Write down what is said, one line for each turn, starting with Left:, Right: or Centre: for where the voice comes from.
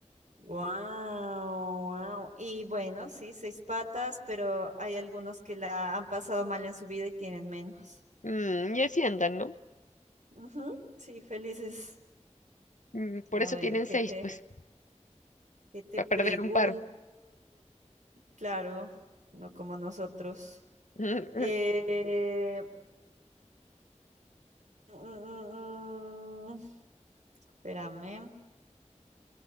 Right: Wow, wow. Y bueno, sí, seis patas, pero hay algunos que la han pasado mal en su vida y tienen menos.
Left: Mm, y así andan, ¿no?
Right: Ujú, Sí, felices.
Left: Mm, por
Right: A
Left: eso
Right: ver,
Left: tienen
Right: ¿qué
Left: seis,
Right: te,
Left: pues,
Right: qué te
Left: para
Right: pregunto?
Left: perder un par.
Right: Claro, no como nosotros.
Left: <laughs>
Right: Eh, Mm, espérame.